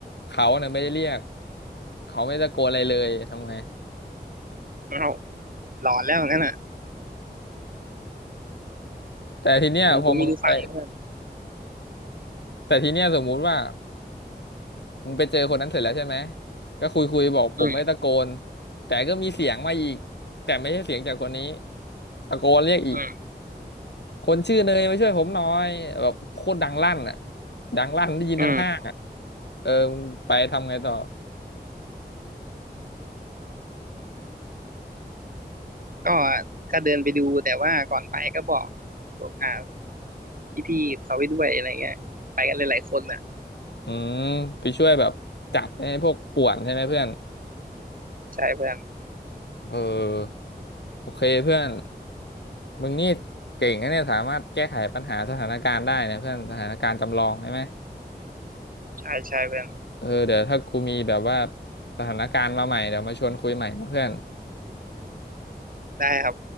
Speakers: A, on the left; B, on the right.
A: เขาเนี่ยไม่ได้เรียกเขาไม่ตะโกนอะไรเลยทำไง
B: วเราหลอนแล้วงั้นอ่ะ
A: แต่ทีเนี้ยพอมึงไป
B: คือมันคุยไม่รู้ฟังแล้วเพื่อน
A: แต่ทีเนี้ยสมมุติว่า มึงไปเจอคนนั้นเสร็จแล้วใช่ไหมก็คุยคุยบอกผมไม่ตะโกน
B: อืม
A: แต่ก็มีเสียงมาอีกแต่ไม่ใช่เสียงจากคนนี้ตะโกนเรียกอีก
B: อืม
A: คนชื่อเนยมาช่วยผมหน่อยแบบโคตรดังลั่นอ่ะดังลั่นได้ยินทั้งห้างอ่ะ
B: อืม
A: เออมึงไปทำไงต่อ
B: ก็ก็เดินไปดูแต่ว่าก่อนไปก็บอกพวกอ่าพี่ๆเขาไปด้วยอะไรเงี้ยไปกันหลายๆคนอ่ะ
A: อืมไปช่วยแบบจับไอ้พวกป่วนใช่ไหมเพื่อน
B: ใช่เพื่อน
A: เออโอเคเพื่อนมึงนี่เก่งนะเนี่ยสามารถแก้ไขปัญหาสถานการณ์ได้นะเพื่อนสถานการณ์จำลองใช่ไหม
B: ใช่ใช่เพื่อน
A: เออเดี๋ยวถ้ากูมีแบบว่าสถานการณ์มาใหม่เดี๋ยวมาชวนคุยใหม่นะเพื่อน
B: ได้ครับ